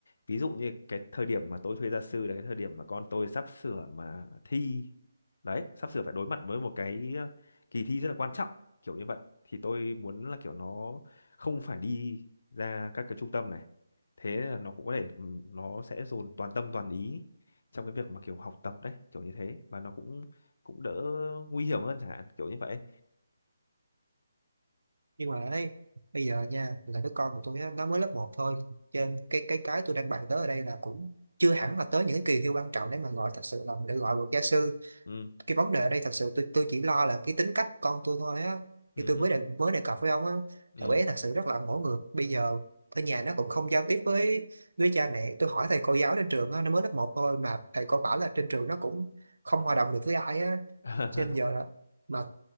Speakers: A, on the left (about 65°); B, on the right (about 80°).
A: ví dụ như cái thời điểm mà tôi thuê gia sư là cái thời điểm mà con tôi sắp sửa mà thi đấy sắp sửa phải đối mặt với một cái ờ, kỳ thi rất là quan trọng kiểu như vậy thì tôi muốn là kiểu nó không phải đi ra các cái trung tâm này thế là nó cũng có thể ừm, nó sẽ dồn toàn tâm toàn ý trong cái việc mà kiểu học tập đấy kiểu như thế và nó cũng cũng đỡ nguy hiểm hơn chẳng hạn kiểu như vậy
B: nhưng mà ấy bây giờ nha là đứa con của tôi á, nó mới lớp một thôi cho nên cái cái cái tôi đang bàn tới ở đây là cũng chưa hẳn là tới những cái kỳ thi quan trọng để mà gọi thật sự là để gọi được gia sư
A: ừ
B: cái vấn đề ở đây thật sự tôi tôi chỉ lo là cái tính cách của con tôi thôi á
A: ừ
B: như tôi
A: hứ,
B: mới đề, mới đề cập với ông á
A: ừ
B: thằng bé thật sự rất là ngỗ ngược bây giờ ở nhà nó cũng không giao tiếp với với cha mẹ tôi hỏi thầy cô giáo trên trường á nó mới lớp một thôi mà thầy cô bảo là trên trường nó cũng không hòa đồng được với ai á
A: <laughs>
B: cho nên giờ là mà